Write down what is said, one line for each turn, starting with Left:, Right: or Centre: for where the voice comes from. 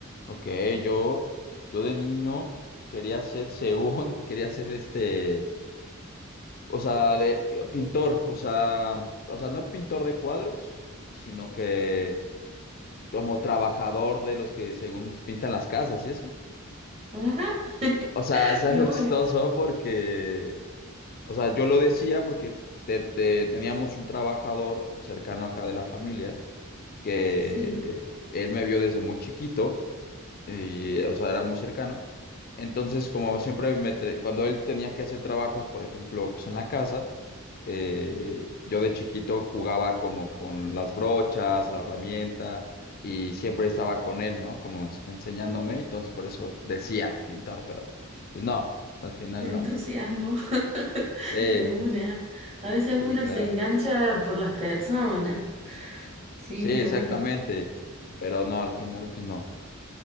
Left: Ok, yo, yo de niño quería ser, según, <laughs> quería ser este, o sea, de pintor, o sea, o sea, no pintor de cuadros, sino que como trabajador de los que según pintan las casas y eso.
Right: Ajá, <laughs>
Left: O sea, es algo
Right: de una.
Left: chistoso porque o sea, yo lo decía porque te- te- teníamos un trabajador cercano acá de la familia que
Right: Sí,
Left: él me vio desde muy chiquito y, o sea, era muy cercano. Entonces, como siempre, me tra- cuando él tenía que hacer trabajos, por ejemplo, pues en la casa, eh, yo de chiquito jugaba como con las brochas, la herramienta y siempre estaba con él, ¿no? Como ens- enseñándome. Entonces, por eso decía pintor, pero pues no, al final
Right: te entusiasmo.
Left: no.
Right: <laughs>
Left: Sí.
Right: De una. A veces
Left: Sí,
Right: uno
Left: claro.
Right: se engancha por las personas. Sí,
Left: Sí, exactamente.
Right: de una.
Left: Pero no, al final, pues no.